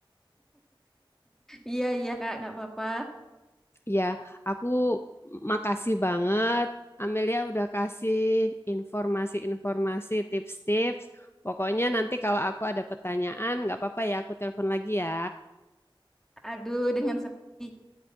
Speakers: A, in the centre; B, on the left.
A: Iya iya Kak, nggak apa-apa.
B: Ya, aku makasih banget. Amelia udah kasih informasi-informasi, tips-tips. Pokoknya nanti kalau aku ada pertanyaan, nggak apa-apa ya, aku telepon lagi ya.
A: Aduh, dengan senang hati,